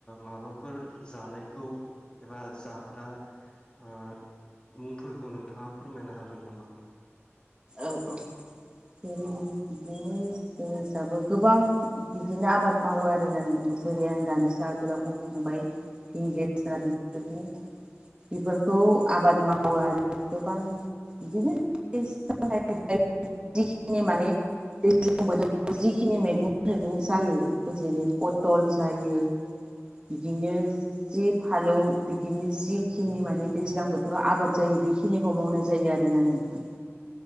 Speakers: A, on the left; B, on the right.
A: माबाफोर जानायखौ एबा जाग्रा ओ मुंफोरखौ नोंथाङा फोरमायनो हागोन नामा
B: औ औ जेरै बिदिनो जो जाबो गोबां बिदिनो आबाद मावो आरोना नोंथां जेरै आं दानिसो आगोलाव बुंखांबाय थिंगिस्रा बिफोरनि बेफोरखौ आबाद मावो आरो गोबां बिदिनो <inaudible> जिखिनि माने दैज्लां बोथोराव जिखिनि मैगं थाइगं जायो जेरै पथल जायो बिदिनो जि फालौ बिदिनो जिखिनि माने दैज्लां बोथोराव आबाद जायो बेखिनिखौ मावनाय जायो आरोना नोंथां।